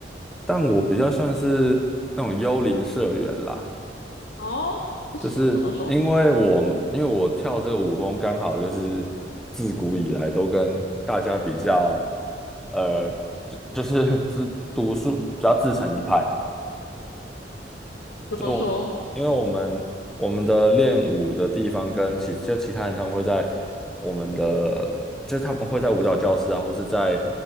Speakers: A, in the centre; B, on the left (about 75°).
A: 但我比较算是那种幽灵社员啦，
B: 哦，为什么这么说？
A: 就是因为我因为我跳这个舞风刚好就是自古以来都跟大家比较，呃，就就是自独树主要自成一派，
B: 怎么说？
A: 就我因为我们我们的练舞的地方跟其就其他人他们会在我们的，就是他们会在舞蹈教室啊，或是在